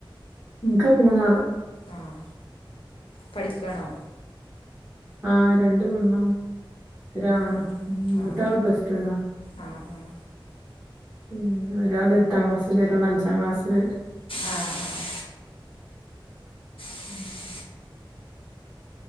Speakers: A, on the right; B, on the left.
A: ഇൻക്ക് മൂന്നാള്
B: ആഹ് പഠിക്കാണോ?
A: ആ രണ്ട് പെണ്ണും ഒരാണും
B: ആ
A: മൂത്ത
B: ആ
A: ആള് പ്ലസ് ടു നാ
B: ആഹ് ആഹ്
A: പിന്നെ ഒരാൾ എട്ടാം ക്ലാസ്സില് ഒരാൾ അഞ്ചാം ക്ലാസ്ല്
B: ആഹ് ആഹ് ഉം